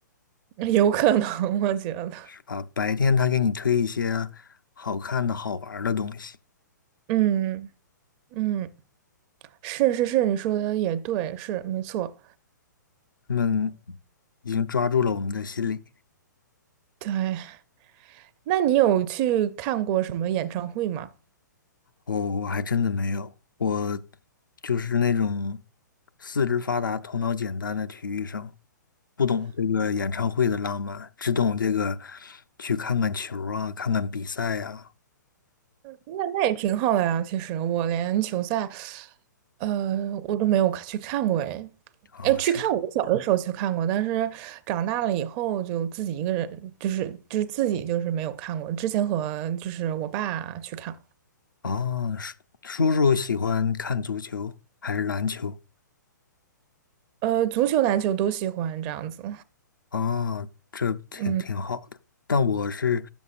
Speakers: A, on the right; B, on the left.
A: <laughs> 有可能，我觉得，
B: 是吧？白天它给你推一些好看的好玩儿的东西，
A: 嗯嗯。是是是，你说的也对，是没错。
B: 他们已经抓住了我们的心理。
A: 对，那你有去看过什么演唱会吗？
B: 我、我还真的没有，我就是那种四肢发达、头脑简单的体育生，不懂这个演唱会的浪漫，只懂这个去看看球儿啊，看看比赛呀、
A: 那那也挺好的呀。其实我连球赛，呃，我都没有去看过诶。
B: 啊，
A: 哎，去看我小的时候去看过，
B: 啊是
A: 但是长大了以后就自己一个人，就是就是自己就是没有看过。之前和就是我爸去看，
B: 哦，叔叔叔喜欢看足球还是篮球？
A: 呃，足球、篮球都喜欢这样子。
B: 哦，这挺挺好的。
A: 嗯。
B: 但我是